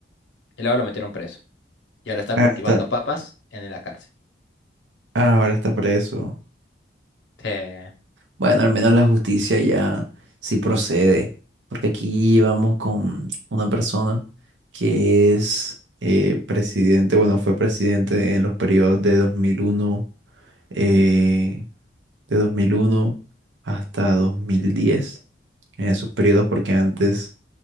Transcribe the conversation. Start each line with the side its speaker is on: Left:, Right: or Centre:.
Left: y luego lo metieron preso y ahora está cultivando
Right: Ah, está,
Left: papas en la cárcel.
Right: ah, ahora está preso.
Left: Te-
Right: Bueno, al menos la justicia ya sí procede, porque aquí vamos con una persona que es eh, presidente, bueno, fue presidente en los periodos de 2001, eh, de 2001 hasta dos mil diez en esos periodos, porque antes